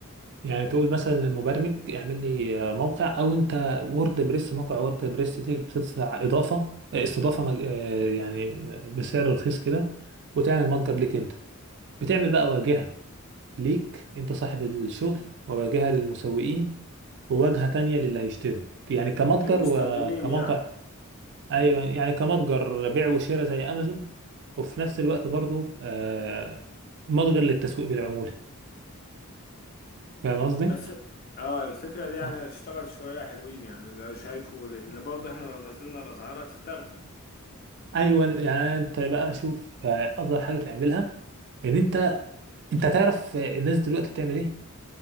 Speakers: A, on the right; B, on the left.
A: يعني تقول مثلا للمبرمج اعمل لي موقع او انت وورد بريس موقع وورد بريس دي بتدفع اضافه استضافه مج... آه، يعني بسعر رخيص كده وتعمل متجر ليك انت بتعمل بقى واجهه ليك انت صاحب الشغل وواجهة للمسوقين وواجهة تانية للي هيشتري يعني كمتجر
B: للمستخدمين
A: وكموقع
B: يعني
A: ايوه يعني كمتجر بيع وشراء زي امازون وفي نفس الوقت برضو آه، متجر للتسويق بالعمولة فاهم قصدي؟
B: بس آه الفكرة دي يعني
A: اه
B: هتشتغل شوية حلوين يعني ده شايفه لأن برضه إحنا لو نزلنا الأسعار هتفتغ
A: ايوه يعني انت بقى شوف آه، افضل حاجة تعملها ان انت انت تعرف الناس دلوقتي بتعمل ايه